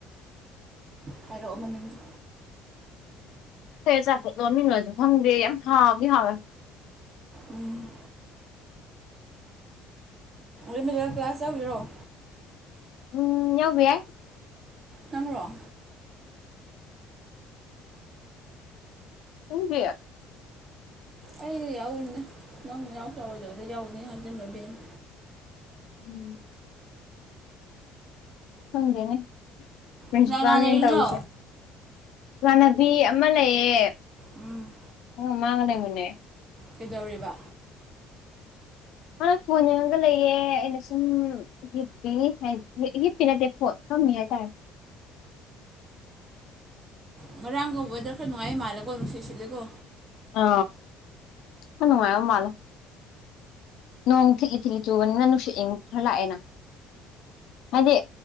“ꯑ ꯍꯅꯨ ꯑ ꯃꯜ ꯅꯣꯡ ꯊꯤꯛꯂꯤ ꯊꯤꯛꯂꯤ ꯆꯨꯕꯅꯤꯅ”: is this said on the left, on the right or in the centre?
Left